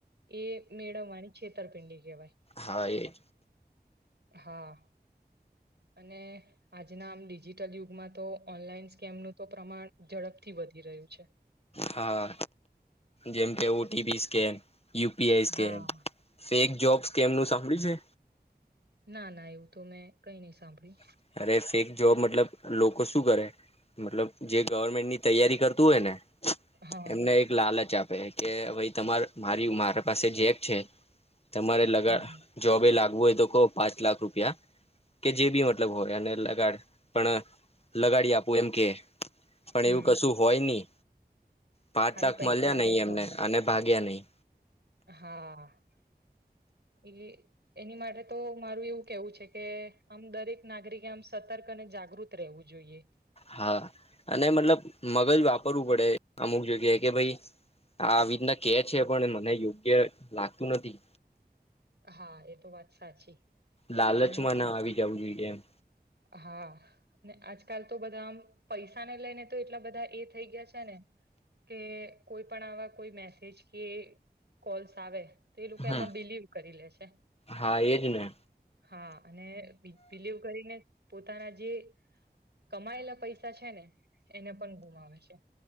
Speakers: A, on the right; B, on the left.
A: એ મેળવવાની છેતરપિંડી કેહવાય.
B: હા એજ.
A: હા અને આજના આમ ડિજિટલ યુગમાં તો ઓનલાઈન સ્કેમનું તો પ્રમાણ ઝડપથી વધે વધી રહ્યું છે.
B: હા જેમ કે O T P scan. U P I scam,
A: હા
B: ફેક જોબ સ્કેમ નું સાંભળ્યું છે?
A: ના ના એવું તો મેં કઈ ની સાંભળ્યું.
B: છે અરે ફેક જોબ મતલબ લોકો શું કરે, મતલબ જે ગવર્મેન્ટની તૈયારી કરતું હોય ને.
A: હા
B: એમને એક લાલચ આપે કે વઈ તમાર મારી મારા પાસે જેક છે, તમારે લગા
A: હા
B: જોબ એ લાગ વુ હોય તો પાંચ લાખ રૂપિયા, કે જે બી મ તલબ હોય અને લગાડ પણ લગાડી આપુ એમ કે પણ
A: હમ
B: એવું કશું હોય ની. પાંચ
A: ખાલી
B: લાખ
A: પૈસા
B: મળ્યા નહી
A: હેઠવા
B: એમને
A: માટે
B: અને ભાગ્યા નહી.
A: હા, એ એની માટે તો મારું એવું કેવું છે કે આમ દરેક નાગરિકે આમ સતર્ક અને જાગૃત રેહવું જો ઈએ.
B: હા અને મતલબ મગજ વાપરવું પડે અમુક જગ્યાએ, કે ભાઈ આ આવીતના કે છે પણ મને યોગ્ય લાગતું નથી.
A: હા એ તો વાત સાચી.
B: લાલચમાં
A: અને
B: ના આવી જવું જોઈએ એમ.
A: હા, અને આજકાલ તો બધા આમ પૈસાને લઈને તો એટલા બધા એ થઈ ગયા છે ને કે કોઈ પણ આવા કોઈ મેસેજ કે કોલ્સ આવે તે એ લોકો
B: હમ
A: એમાં બિલીવ કરી લે છે.
B: હા એજ ને
A: હા. અને બી બિલીવ કરીને પોતાના જે કમાયેલા પૈસા છે ને, એને પણ ગુમાવે છે.